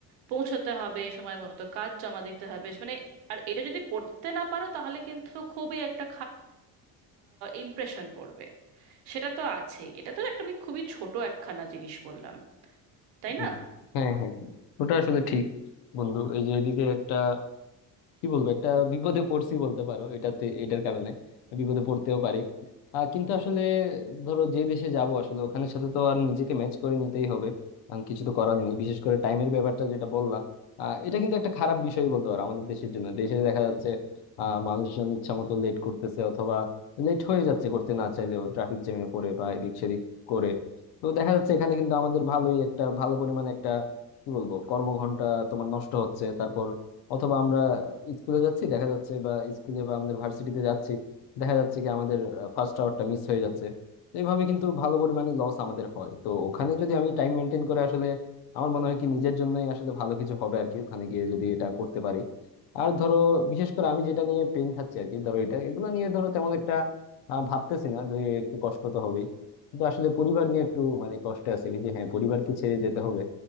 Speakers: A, on the right; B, on the left.
A: পৌঁছতে হবে সময় মতো কাজ জমা দিতে হবে মানে আর এটা যদি করতে না পারো তাহলে কিন্তু খুবই একটা ইমপ্রেশন পড়বে সেটা তো আছেই এটা তো একটা আমি খুবই ছোট একখানা জিনিস বললাম তাই
B: হুম।
A: না
B: হ্যাঁ হ্যাঁ হ্যাঁ। ওটা আসলে ঠিক বন্ধু এই যে এদিকে একটা কি বলবো একটা বিপদে পড়ছি বলতে পারো এটাতে এটার কারণে বিপদে পড়তেও পারি আহ, কিন্তু আসলে ধরো যে দেশে যাব আসলে ওখানে সাথে তো আর নিজেকে ম্যাচ করে নিতেই হবে কারণ কিছু তো করার নেই বিশেষ করে টাইমের ব্যাপারটা যেটা বললা আহ, এটা কিন্তু একটা খারাপ বিষয় বলতে পারো আমাদের দেশের জন্য দেশে দেখা যাচ্ছে আহ মানুষজন ইচ্ছা মতো লেট করতেছে অথবা লেট হয়ে যাচ্ছে করতে না চাইলেও ট্রাফিক জ্যামে পড়ে বা এদিক সেদিক করে তো দেখা যাচ্ছে এখানে কিন্তু আমাদের ভালোই একটা ভালো পরিমাণে একটা কি বলবো কর্মঘন্টা তোমার নষ্ট হচ্ছে অথবা আমরা স্কুলে যাচ্ছি দেখা যাচ্ছে বা স্কুলে বা আমাদের ভার্সিটিতে যাচ্ছি দেখা যাচ্ছে কি আমাদের ফার্স্ট আওয়ারটা মিস হয়ে যাচ্ছে তো এইভাবে কিন্তু ভালো পরিমাণে লস আমাদের হয় তো ওখানে যদি আমি টাইম মেনটেন করে আসলে আমার মনে হয় কি নিজের জন্যই আসলে ভালো কিছু হবে আর কি ওখানে গিয়ে যদি এটা করতে পারি আর ধরো বিশেষ করে আমি যেটা নিয়ে পেন খাচ্ছি আর কি ধরো এটা এগুলো নিয়ে ধরো তেমন একটা আহ, ভাবতেছি না যে একটু কষ্ট তো হবেই কিন্তু আসলে পরিবার নিয়ে একটু মানে কষ্ট আছে কি যে হ্যাঁ পরিবারকে ছেড়ে যেতে হবে